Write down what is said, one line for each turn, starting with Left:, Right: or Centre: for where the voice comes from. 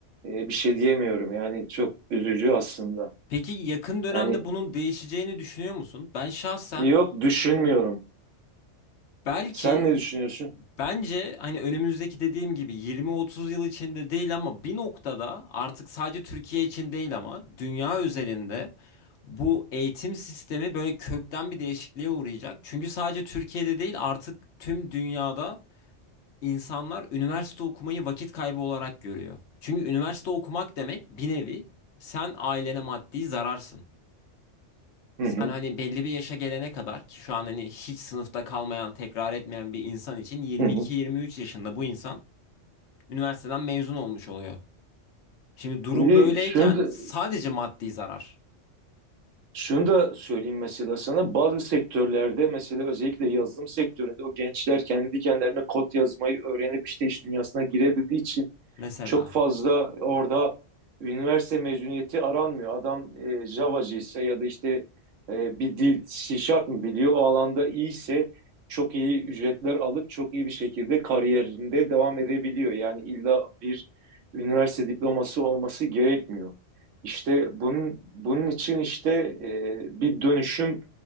Right: E, bir şey diyemiyorum yani çok üzücü aslında.
Left: Peki yakın dönemde
Right: Yani
Left: bunun değişeceğini düşünüyor musun? Ben şahsen
Right: yok düşünmüyorum.
Left: Belki
Right: Sen ne düşünüyorsun?
Left: bence hani önümüzdeki dediğim gibi 20-30 yıl içinde değil ama bir noktada artık sadece Türkiye için değil ama dünya üzerinde bu eğitim sistemi böyle kökten bir değişikliğe uğrayacak. Çünkü sadece Türkiye'de değil artık tüm dünyada insanlar üniversite okumayı vakit kaybı olarak görüyor. Çünkü üniversite okumak demek bir nevi sen ailene maddi zararsın.
Right: Hı
Left: Sen
Right: hı.
Left: hani belli bir yaşa gelene kadar ki şu an hani hiç sınıfta kalmayan, tekrar etmeyen bir insan için 22-23
Right: Hı hı.
Left: yaşında bu insan üniversiteden mezun olmuş oluyor. Şimdi durum
Right: Şimdi
Left: böyleyken
Right: şunu da-
Left: sadece maddi zarar
Right: Şunu da söyleyeyim mesela sana bazı sektörlerde mesela özellikle yazılım sektöründe o gençler kendi kendilerine kod yazmayı öğrenip işte iş dünyasına girebildiği için
Left: mesela.
Right: çok fazla orada üniversite mezuniyeti aranmıyor. Adam e, Java'cı ise ya da işte e, bir dil C mı biliyor o alanda iyiyse çok iyi ücretler alıp çok iyi bir şekilde kariyerinde devam edebiliyor. Yani illa bir üniversite diploması olması gerekmiyor. İşte bunun, bunun için işte e, bir dönüşümün